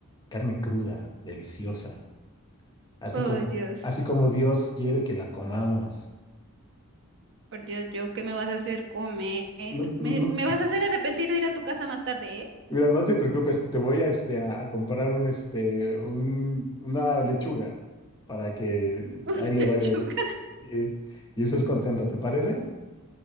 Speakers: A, on the left; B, on the right.
A: carne cruda, deliciosa. Así
B: Oh,
A: como,
B: Dios.
A: así como Dios quiere que la comamos.
B: Por Dios, Joe, ¿qué me vas a hacer comer?
A: No, no-
B: ¿Me, me vas a hacer arrepentir de ir a tu casa más tarde, eh?
A: mira, no te preocupes, te voy a, este, a, a comprar un, este, un, una lechuga para que
B: <laughs> Una
A: ahí le
B: lechuga.
A: varias y, y estés contenta, ¿te parece?